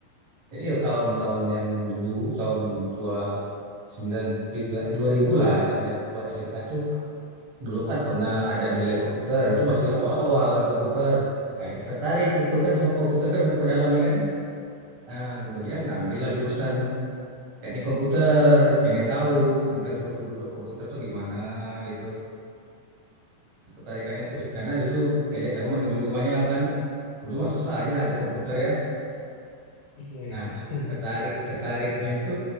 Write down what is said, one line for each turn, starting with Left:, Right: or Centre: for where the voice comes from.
Right: jadi ya tahun-tahun yang dulu tahun dua sembilan dua ribu lah ibaratnya aku keluar SMA itu dulu kan pernah ada di lab komputer itu masih awal-awal lab komputer kayak tertarik gitu kan sama komputer kan memperdalami kan nah kemudian ngambil lah jurusan teknik komputer, pengen tahu tentang seluruh beluk komputer tuh gimana gitu. Ketertarikannya terus karena dulu diajak teman ke di rumahnya kan. Dulu mah susah aja ada komputer ya.
Left: Iya
Right: Nah,
Left: ya. <laughs>
Right: tertarik tertariknya itu